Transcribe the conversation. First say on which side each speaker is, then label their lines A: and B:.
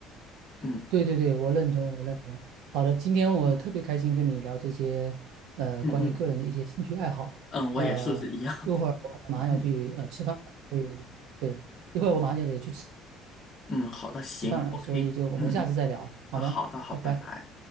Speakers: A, on the left; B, on the right.
A: 嗯
B: 对对对，我认同，我认同。好的，今天我特别开心跟你聊这些，
A: 嗯
B: 呃，
A: 嗯嗯
B: 关于个人的一些兴趣爱好。
A: 嗯，我也是一样。
B: 呃，
A: <laughs>
B: 一会儿我可能马上要去呃吃饭了，
A: 嗯
B: 所以对，一会儿我马上就得去吃
A: 嗯，好的，行，OK，
B: 吃饭了，所以就我们下次再聊，
A: 嗯嗯，
B: 好吗？
A: 啊，好的，好，
B: 拜拜。
A: 拜拜。